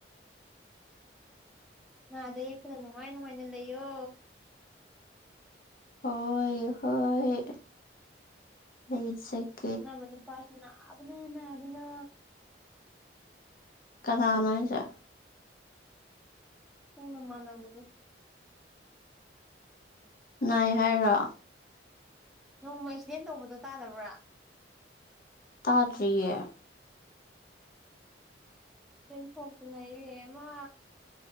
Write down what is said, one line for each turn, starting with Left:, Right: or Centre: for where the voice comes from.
Centre: ꯅꯥꯗ ꯌꯦꯛꯇꯅ ꯅꯨꯡꯉꯥꯏ ꯅꯨꯡꯉꯥꯏꯅ ꯂꯩꯌꯣ
Left: ꯍꯣꯏ ꯍꯣꯏ ꯂꯩꯖꯒꯦ
Centre: ꯈꯪꯅꯕ ꯅꯨꯄꯥꯁꯨ ꯅꯕꯥꯅ ꯅꯕꯥꯅ
Left: ꯀꯅꯥꯅꯣ ꯍꯥꯏꯁꯦ
Centre: ꯅꯣꯢ ꯅꯃꯥꯟꯅꯕꯗꯨ
Left: ꯅꯥꯏ ꯍꯥꯏꯔꯣ
Centre: ꯅꯣꯡꯃ ꯑꯦꯛꯁꯤꯗꯦꯟ ꯇꯧꯕꯗꯧ ꯇꯥꯗꯕ꯭ꯔꯥ
Left: ꯇꯥꯗ꯭ꯔꯤꯌꯦ
Centre: ꯑꯦꯛꯁꯤꯗꯦꯟ ꯊꯣꯛꯇꯅ ꯢꯕꯦꯝꯃꯥ